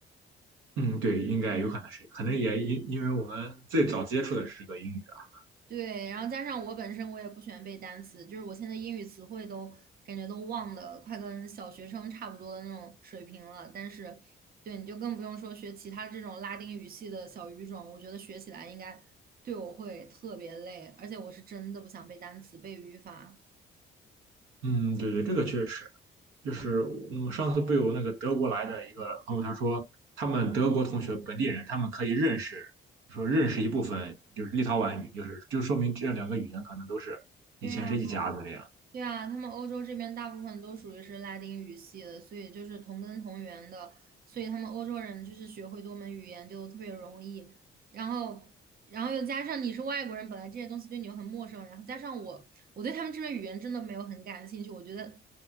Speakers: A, on the right; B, on the right.
A: 嗯，对，应该有可能是，可能也因因为我们最早接触的是个英语啊。
B: 对，然后加上我本身我也不喜欢背单词，就是我现在英语词汇都感觉都忘的快跟小学生差不多的那种水平了。但是，对，你就更不用说学其他这种拉丁语系的小语种，我觉得学起来应该对我会特别累，而且我是真的不想背单词、背语法。
A: 嗯，对对，这个确实。就是嗯，上次不有那个德国来的一个朋友，他说他们德国同学本地人，他们可以认识，说认识一部分就是立陶宛语，就是就说明这两个语言可能都是以前是一家子这样，
B: 对呀。对啊，他们欧洲这边大部分都属于是拉丁语系的，所以就是同根同源的，所以他们欧洲人就是学会多门语言就特别容易。然后，然后又加上你是外国人，本来这些东西对你又很陌生，然后加上我，我对他们这边语言真的没有很感兴趣。我觉得，